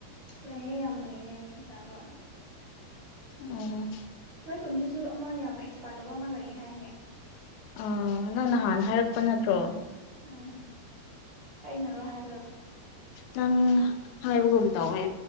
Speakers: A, on the right; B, on the left.
A: ꯂꯩꯌꯦ ꯌꯥꯝ ꯂꯩꯌꯦꯦ ꯐꯤ ꯁꯥꯥꯕ
B: ꯑꯣ
A: ꯅꯣꯏ ꯈꯨꯟꯗꯁꯨ ꯑꯃ ꯌꯥꯝ ꯑꯦꯛꯁꯄꯥꯔꯠ ꯇꯧꯕ ꯑꯃ ꯂꯩꯌꯦ ꯍꯥꯏꯅꯦ
B: ꯑ ꯅꯪ ꯅꯍꯥꯟ ꯍꯥꯏꯔꯛꯄ ꯅꯠꯇ꯭ꯔꯣ
A: ꯎꯝ ꯀꯩꯅꯔꯣ ꯍꯥꯏꯕꯗꯣ
B: ꯅꯪ ꯍꯥꯏꯕꯒꯨꯝ ꯇꯧꯋꯦ